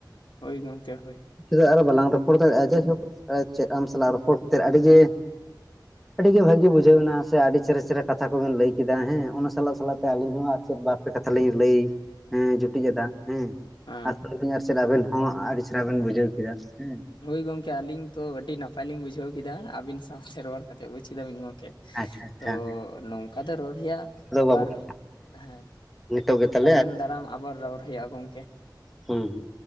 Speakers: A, on the left; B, in the centre.
A: ᱦᱳᱭ ᱜᱚᱢᱠᱮ ᱦᱳᱭ,
B: ᱱᱤᱫ ᱟᱨ ᱵᱟᱞᱟᱝ ᱨᱚᱯᱚᱲ ᱫᱟᱲᱮᱭᱟᱜᱼᱟ ᱡᱟᱭᱦᱳᱠ ᱪᱮᱫ ᱟᱢ ᱥᱟᱞᱟᱜ ᱨᱚᱯᱚᱲ ᱠᱟᱛᱮᱫ ᱟᱹᱰᱤ ᱜᱮ, ᱟᱹᱰᱤ ᱜᱮ ᱵᱷᱟᱜᱮ ᱵᱩᱡᱷᱟᱹᱣ ᱮᱱᱟ ᱥᱮ ᱟᱹᱰᱤ ᱪᱮᱨᱦᱟ ᱪᱮᱨᱦᱟ ᱠᱟᱛᱷᱟ ᱠᱚᱵᱮᱱ ᱞᱟᱹᱭ ᱠᱮᱫᱟ ᱦᱮᱸ ᱚᱱᱟ ᱥᱟᱞᱟᱜ ᱥᱟᱞᱟᱜ ᱛᱮ ᱟᱞᱤᱧ ᱦᱚᱸ ᱟᱥᱤᱨᱵᱟᱫ ᱠᱟᱛᱷᱟ ᱞᱤᱧ ᱞᱟᱹᱭ ᱡᱩᱴᱤᱡ ᱟᱫᱟ ᱦᱮᱸ,
A: ᱦᱮᱸ
B: ᱟᱨ ᱪᱮᱫ ᱟᱵᱮᱱ ᱦᱚᱸ ᱟᱹᱰᱤ ᱪᱮᱨᱦᱟ ᱵᱮᱱ ᱵᱩᱡᱷᱟᱹᱣ ᱠᱮᱫᱟ ᱦᱮᱸ,
A: ᱦᱳᱭ ᱜᱚᱢᱠᱮ ᱟᱹᱞᱤᱧ ᱛᱚ ᱟᱹᱰᱤ ᱱᱟᱯᱟᱭ ᱞᱤᱧ ᱵᱩᱡᱷᱟᱹᱣ ᱠᱮᱫᱟ ᱟᱹᱵᱤᱱ ᱥᱟᱶᱛᱮ ᱨᱚᱲ ᱠᱟᱛᱮ ᱵᱩᱡᱽ ᱠᱮᱫᱟ ᱵᱤᱱ ᱜᱚᱢᱠᱮ,
B: ᱟᱪᱪᱷᱟ ᱟᱪᱪᱷᱟ
A: ᱛᱚ ᱱᱚᱝᱠᱟ ᱫᱚ ᱨᱚᱲ ᱨᱮᱭᱟᱜ
B: ᱟᱫᱚ
A: ᱟᱵᱟᱨ,
B: ᱵᱟᱵᱚᱱ
A: ᱦᱮᱸ
B: ᱱᱤᱛᱚᱜ ᱜᱮ ᱛᱟᱦᱚᱞᱮ
A: ᱛᱟᱭᱚᱢ ᱫᱟᱨᱟᱢ ᱟᱵᱟᱨ ᱨᱚᱲ ᱦᱳᱭᱳᱜᱼᱟ ᱜᱚᱢᱼᱼ
B: ᱦᱩᱸ ᱦᱩᱸ,